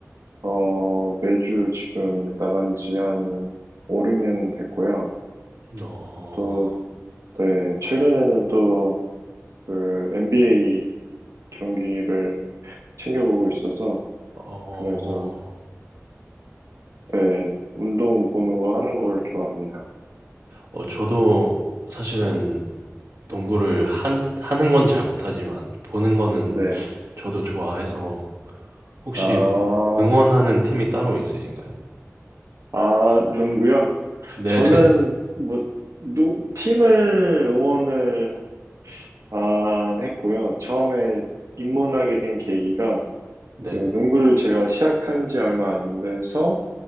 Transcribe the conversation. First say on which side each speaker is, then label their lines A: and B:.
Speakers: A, on the right; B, on the right.
A: 어, 매주 지금 나간 지 한 5, 6년 됐고요.
B: 음, 어,
A: 또 네, 최근에는 또 그 NBA 경기를 챙겨보고 있어서
B: 어,
A: 그래서, 네, 운동 보는 거 하는 걸 좋아합니다.
B: 어, 저도 사실은 농구를 한, 하는 건 잘 못하지만 보는 거는
A: 네.
B: 저도 좋아해서 혹시
A: 아,
B: 응원하는 팀이 따로 있으신가요?
A: 아, 농구요?
B: 네네,
A: 저는 뭐, 노, 팀을 응원을 안 했고요. 처음에 입문하게 된 계기가
B: 네네.
A: 그 농구를 제가 시작한 지 얼마 안 돼서